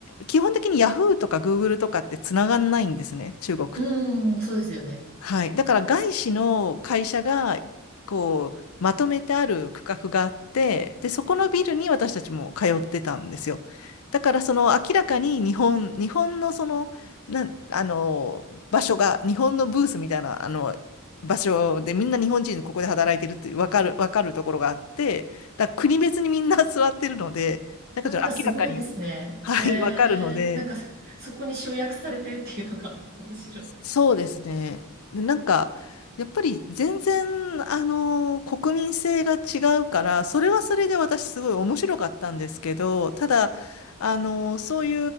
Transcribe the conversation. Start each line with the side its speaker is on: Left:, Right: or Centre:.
Left: 基本的にヤフーとかグーグルとかってつながんないんですね、中国っ
Right: うーん、そうですよね。
Left: はい。だから外資の会社が、こう、まとめてある区画があって、で、そこのビルに私たちも通ってたんですよ。だから、その明らかに日本、日本のその、なん、あの、場所が、日本のブースみたいな、あの、場所でみんな日本人ここで働いてるってわかる、わかるところがあって、だから国別にみんな座ってるので、だからちょっと明らかに、
Right: なんかすごいですね。
Left: はい、
Right: えー、
Left: わかるので、
Right: なんかそこに集約されてるっていうのが <laughs> 面白い。
Left: そうですね。で、なんか、やっぱり全然、あのー国民性が違うから、それはそれで私すごい面白かったんですけど、ただ、あのーそうい